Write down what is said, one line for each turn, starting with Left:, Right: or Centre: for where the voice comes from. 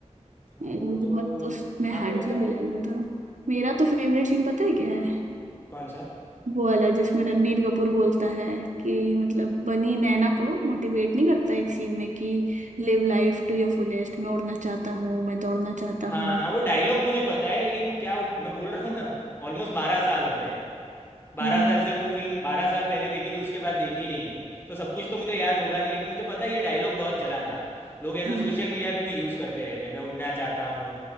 Left: हाँ
Right: वो
Left: वो तो
Right: बहुत उसमें
Left: उतना
Right: हैंडसम
Left: तो याद
Right: भी
Left: नहीं
Right: लग
Left: है
Right: रहा था मेरा तो फेवरेट सीन पता है क्या है
Left: कौन सा
Right: वो वाला जिसमें रणबीर कपूर बोलता है कि मतलब बनी नैना को मोटिवेट नहीं करता एक सीन में कि live life to your fullest मैं उड़ना चाहता हूँ मैं दौड़ना चाहता
Left: हाँ
Right: हूँ
Left: हाँ वो डायलॉग मुझे पता है लेकिन क्या वो- मैं बोल रहा हूँ ना ऑलमोस्ट बारह साल हो गए बारह
Right: हम्म
Left: साल से वो फिल्म बारह साल पहले देखी थी उसके बाद देखी नहीं है तो सब कुछ तो मुझे याद होगा नहीं लेकिन मुझे पता है ये डायलॉग बहुत चला था लोग ऐसे
Right: हम्म
Left: सोशल मीडिया पे भी यूज़ करते रहते हैं मैं उड़ना चाहता हूँ